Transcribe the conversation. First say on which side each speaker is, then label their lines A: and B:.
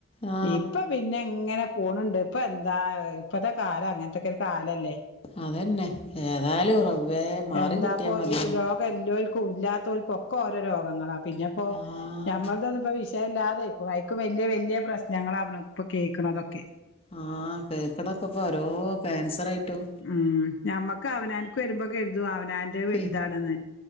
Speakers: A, on the left; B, on the left.
A: ആ
B: ഇപ്പ പിന്നെ പിന്നെങ്ങനെ പോണുണ്ട് ഇപ്പൊ എന്താ ഇപ്പത്തെ കാലം അങ്ങനത്തെക്കെരു കാലല്ലേ
A: അതന്നെ ഏതായാലും റബ്ബേ മാറി
B: എന്താപ്പൊ
A: കിട്ടിയാ മതിയേനി
B: രോഗം എല്ലോർക്കും ഇല്ലാത്തോർക്കും ഒക്കെ ഓരോ രോഗങ്ങളാ പിന്നെപ്പോ
A: ആ
B: ഞമ്മളതൊന്നുംപ്പോ വിഷയല്ലാതായ് വയക്കും വല്യ വല്യ പ്രശ്നങ്ങളാണ്പ്പൊ കേൾക്കണതൊക്കെ
A: ആഹ കേക്കുണൊക്കെ ഇപ്പോ ഓരോ ക്യാൻസർ ആയിക്കും
B: ഉം ഞമ്മക്ക് അവനാനക്ക് വരുമ്പോ കരുതും അവനാന്റെ വലുതാണെന്ന്
A: പി